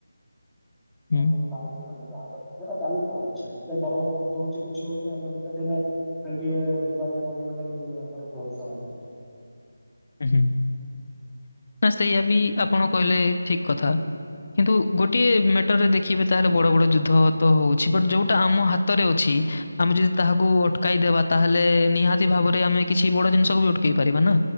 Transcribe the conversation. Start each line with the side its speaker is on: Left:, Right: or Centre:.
Left: ହୁଁ,
Centre: ସେଟା ଚାଲିଥିବାର ଅଛି ଏ ବଡ ବଡ ଯୁଦ୍ଧ ହଉଛି କିଛି ହଉନି ଆମେ ଗୋଟେ ଦିନେ ଖାଲି ଟିକେ ଦୀପାବଳି ପାଳନ କଲେ ୟାଙ୍କର ପ୍ରଦୂଷଣ ହେଇଯାଉଛି
Left: ହୁଁ, ହୁଁ ନା ସେଇଆା ବି ଆପଣ କହିଲେ ଠିକ କଥା। କିନ୍ତୁ ଗୋଟିଏ ମେଟରରେ ଦେଖିବେ ତାହେଲେ ବଡ ବଡ ଯୁଦ୍ଧ ତ ହଉଛି ବଟ ଯୋଉଟା ଆମ ହାତରେ ଅଛି ଆମେ ଯଦି ତାହାକୁ ଅଟକାଇଦବା ତାହେଲେ ନିହାତି ଭାବରେ ଆମେ କିଛି ବଡ ଜିନିଷକୁ ବି ଅଟକେଇ ପାରିବା ନା।